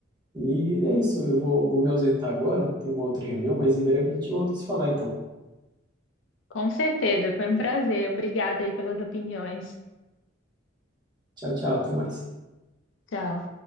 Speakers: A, on the right; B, on the left.
A: E é isso, eu vou, vou me ausentar agora, tem uma outra reunião, mas em breve a gente volta a se falar, então.
B: Com certeza, foi um prazer. Obrigada aí pelas opiniões.
A: Tchau, tchau, até mais.
B: Tchau.